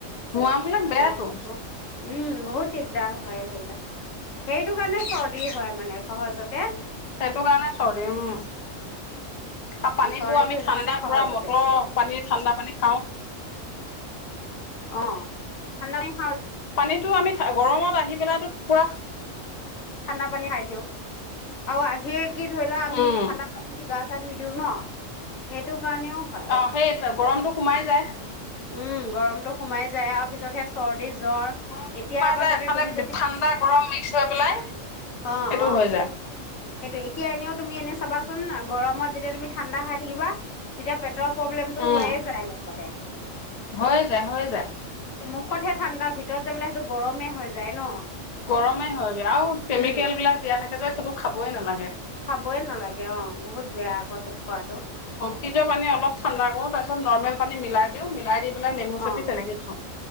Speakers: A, on the left (about 60°); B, on the left (about 80°).
A: ধোৱা বিলাক
B: একদম
A: বেয়াটো
B: উম বহুত দিগদাৰ হয় সেইবিলাক সেইটো কাৰণে চৰ্দি হয় মানে সহজতে
A: সেইটো কাৰণে চৰ্দি হয় উম আৰু পানীবোৰ
B: চৰ্দিটো
A: আমি
B: সেইটো
A: ঠাণ্ডা
B: কাৰণে সহজতে
A: পুৰা মটৰ
B: হয়
A: পানী ঠাণ্ডা পানী খাওঁ
B: অঁ ঠাণ্ডা দ
A: পানীতটো আমি গৰমত আহিব বেলো কোৱা
B: ঠাণ্ডা পানী খাই দিওঁ আৰু আহিয়ে কি ধৰি লোৱা আমি
A: উম
B: ঠাণ্ডা পানী দি গা চা ধুই দিওঁ ন সেইটো সেইটোও কাৰণেও হয়
A: অ সেই গৰমটো সোমাই যায়
B: উম গৰমতটো সোমাই যায় আৰু পিছত সে চৰ্দি জ্বৰ
A: গৰমটো
B: এতিয়া
A: সোমাই
B: আকৌ
A: যায়
B: তা
A: এফালে
B: তুমি যদি
A: ঠাণ্ডা গৰম মিক্স হৈ পেলাই
B: অঁ
A: সেইটো
B: অঁ
A: হৈ যায়
B: সেইটো এতিয়া এনেও তুমি এনে চাবা চোন গৰমত যদু ঠান্দা খাই থাকিবা তেতিয়াই পেটতো ৰ প্ৰব্লেমটো
A: উম
B: হৈয়ে যায় লগতে
A: হৈ যায় হৈ যায়
B: ঔষধহে ঠাণ্ডাৰ ভিতৰত যাবলৈ সেইটো গৰমেই হৈ যায় ন
A: গৰমে হয়গৈ আৰু কেমিকেল
B: উম
A: বিলাক দিয়া থাকে যে সেইটো খাবই নালাগে
B: খাবই নালাগে অঁ বহুত বেয় খোৱাটো
A: ফিজপানী অলপ ঠাডা কৰো তাৰপিছত নৰ্মমেল পান মিলাই দিওঁ মিলাই দি নেমু চেপি
B: অ
A: তেনেকৈ খা